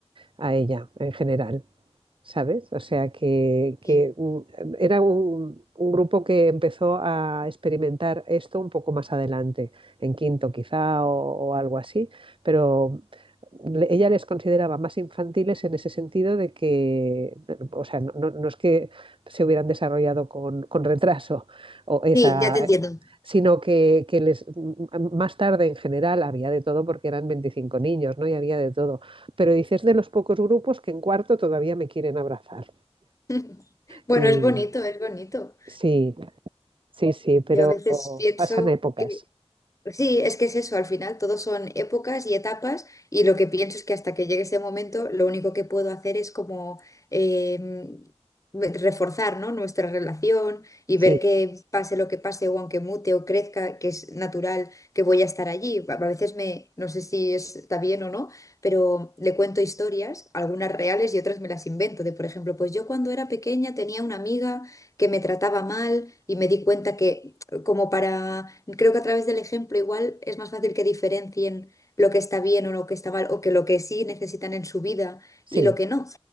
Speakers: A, on the right; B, on the left.
A: a ella en general. ¿sabes? O sea, que, que,
B: Sí,
A: mm, era un, un grupo que empezó a experimentar esto un poco más adelante, en quinto quizá o, o algo así, pero ella les consideraba más infantiles en ese sentido de que, o sea, no, no- no es que se hubieran desarrollado con, con retraso o esa,
B: sí, Sí, ya te entiendo.
A: sino que, que les más tarde en general había de todo porque eran 25 niños, ¿no? Y había de todo. Pero dices de los pocos grupos que en cuarto todavía me quieren abrazar.
B: <laughs> bueno,
A: Y
B: es bonito, es bonito.
A: sí, sí, sí, pero
B: Yo a veces pienso
A: pasan épocas.
B: que Sí, es que es eso, al final todo son épocas y etapas y lo que pienso es que hasta que llegue ese momento lo único que puedo hacer es como em, me- reforzar, ¿no? nuestra relación y
A: Sí,
B: ver que pase lo que pase o aunque mute o crezca, que es natural que voy a estar allí. A a veces me, no sé si es- está bien o no, pero le cuento historias, algunas reales y otras me las invento, de por ejemplo, pues yo cuando era pequeña tenía una amiga que me trataba mal y me di cuenta que como para, creo que a través del ejemplo igual es más fácil que diferencien lo que está bien o lo que está mal, o que lo que sí necesitan en su vida
A: sí,
B: y lo que no.